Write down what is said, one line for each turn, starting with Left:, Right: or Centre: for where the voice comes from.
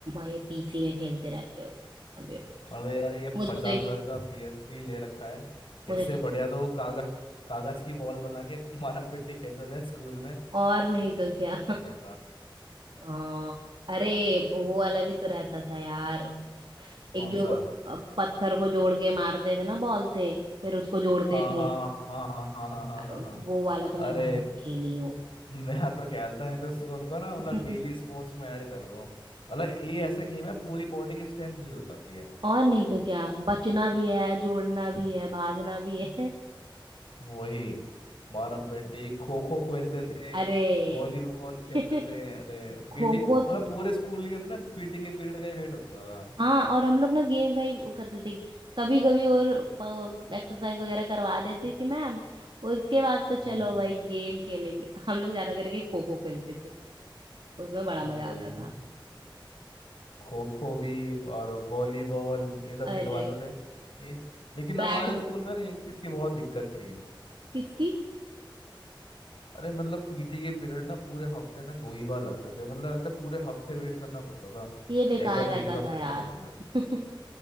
Right: ये पीसी में खेलते रहते हो कंप्यूटर
Left: मतलब यार ये
Right: मुझे
Left: पचास हजार
Right: तो
Left: का पीएसपी ले रखा है
Right: मुझे
Left: इससे
Right: तो,
Left: बढ़िया तो वो कागज कागज की बॉल बना के <laughs> मारम पिट्टी खेलते थे स्कूल में
Right: और
Left: वो
Right: नहीं तो क्या
Left: तो बढ़िया था
Right: आ, अरे वो वाला भी तो रहता था यार
Left: कौन
Right: एक जो
Left: सा
Right: अ, पत्थर को जोड़ के मारते थे ना बॉल से फिर उसको जोड़ते
Left: हाँ
Right: थे
Left: हाँ हाँ हाँ हाँ हाँ हाँ
Right: अरे
Left: हाँ हाँ। हाँ।
Right: वो वाला तो मैं
Left: अरे
Right: बहुत खेली हूँ
Left: मैं तो खेलता है तो उसको उनको ना मतलब
Right: <laughs>
Left: डेली स्पोर्ट्स में ऐड कर दो मतलब ये ऐसे गेम है पूरी बॉडी की स्ट्रेंथ यूज होती है
Right: और नहीं तो क्या बचना भी है जोड़ना भी है भागना भी है
Left: वही मारम पेटी खो खो खेलते थे
Right: अरे
Left: वॉलीबॉल
Right: <laughs>
Left: खेलते थे अरे
Right: खो
Left: पीटी मतलब
Right: खो तो
Left: पूरे स्कूल के दिन ना पीटी के पीरियड का ही वेट होता था
Right: हाँ और हम लोग ना गेम का ही वो करते थे कभी कभी और एक्सरसाइज वगैरह करवा देती थी मैम उसके बाद तो
Left: हम्म
Right: चलो भाई गेम खेलेंगे हम लोग ज्यादा करके खो खो खेलते थे उसमें बड़ा मजा
Left: वही
Right: आता था
Left: तो खो खो भी और वॉलीबॉल ये सब
Right: अरे
Left: खिलवाते थे ये लेकिन
Right: बैट
Left: हमारे स्कूल में ना एक चीज की बहुत दिक्कत थी
Right: किसकी
Left: अरे मतलब पीटी के पीरियड ना पूरे हफ्ते में दो ही बार लगते थे मतलब मतलब पूरे हफ्ते वेट करना पड़ता था
Right: ये बेकार
Left: एक बार
Right: रहता
Left: पीटी का पीरियड
Right: था यार
Left: लगने
Right: <laughs>